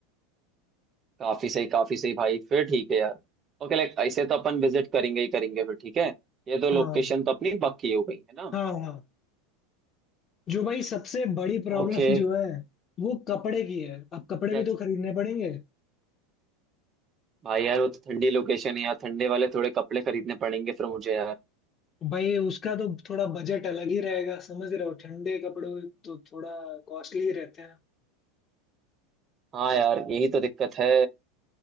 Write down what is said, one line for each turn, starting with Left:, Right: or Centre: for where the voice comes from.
Right: काफी सही काफी सही भाई फिर ठीक है यार ओके लाइक ऐसे तो अपन विजिट करेंगे ही करेंगे फिर ठीक है ये तो
Left: हाँ
Right: लोकेशन तो अपनी पक्की हो गई है ना
Left: हाँ हाँ जो भाई सबसे बड़ी प्रॉब्लम
Right: ओके
Left: <laughs> जो है वो कपड़े की है अब कपड़े
Right: क्या
Left: भी तो खरीदने पड़ेंगे
Right: भाई यार वो तो ठंडी लोकेशन है यार ठंडे वाले थोड़े कपड़े खरीदने पड़ेंगे फिर मुझे यार
Left: भाई उसका तो थोड़ा बजट अलग ही रहेगा समझ रहे हो ठंडे कपड़े तो थोड़ा कॉस्टली ही रहते हैं
Right: हाँ यार यही तो दिक्कत है